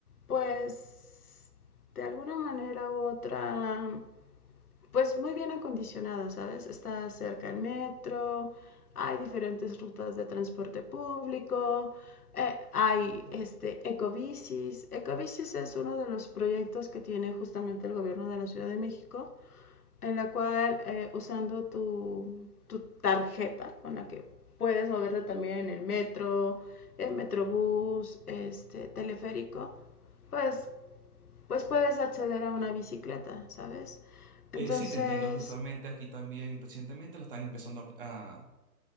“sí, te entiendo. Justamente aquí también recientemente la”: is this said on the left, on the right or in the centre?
Right